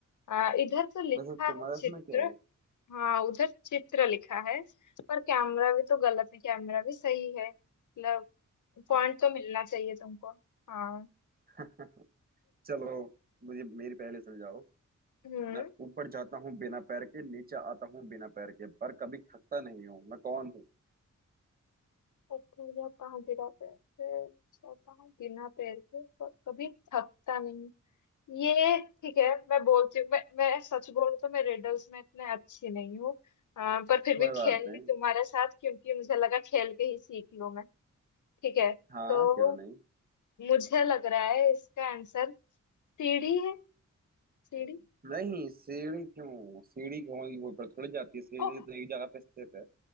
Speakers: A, on the left (about 75°); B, on the right (about 30°).
A: आ, इधर तो लिखा
B: वैसे तुम्हारा
A: है चित्र
B: इसमें क्या है
A: हाँ उधर चित्र लिखा है पर कैमरा भी तो गलत है कैमरा भी सही है मतलब पॉइंट
B: हाँ
A: तो मिलना चाहिए तुमको हाँ
B: <laughs> चलो मुझे मेरी पहले सुलझाओ
A: हम्म
B: मैं ऊपर जाता हूँ बिना पैर के नीचे आता हूँ बिना पैर के पर कभी थकता नहीं हूँ मैं कौन हूँ
A: ऊपर जाता हूँ बिना पैर के जाता हूँ बिना पैर के पर कभी थकता नहीं ये ठीक है मैं बोलती हूँ मैं, मैं सच बोलूँ तो मैं रिडल्स में इतने अच्छी नहीं हूँ अ, पर फिर
B: कोई
A: भी खेल
B: बात नहीं
A: ली तुम्हारे साथ क्योंकि मुझे लगा खेल के ही सीख लूँ मैं ठीक है
B: हाँ
A: तो
B: क्यों नहीं
A: मुझे लग रहा है इसका आंसर सीढ़ी है सीढ़ी
B: नहीं सीढ़ी क्यों सीढ़ी क्यों होगी वो ऊपर थोड़ी जाती है सीढ़ी
A: ओ
B: तो एक जगह पे स्थित है